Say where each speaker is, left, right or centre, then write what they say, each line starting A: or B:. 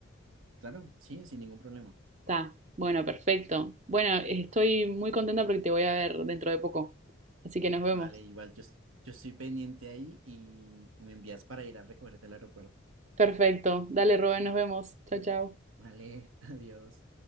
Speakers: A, on the right; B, on the right.
A: Claro, sí, sin ningún problema.
B: Está, bueno, perfecto. Bueno, estoy muy contenta porque te voy a ver dentro de poco. Así que nos vemos.
A: Vale, igual yo, es- yo estoy pendiente ahí y, y me envías para ir a recogerte al aeropuerto.
B: Perfecto. Dale, Rubén, nos vemos. Chao, chao.
A: Vale, <laughs> adiós.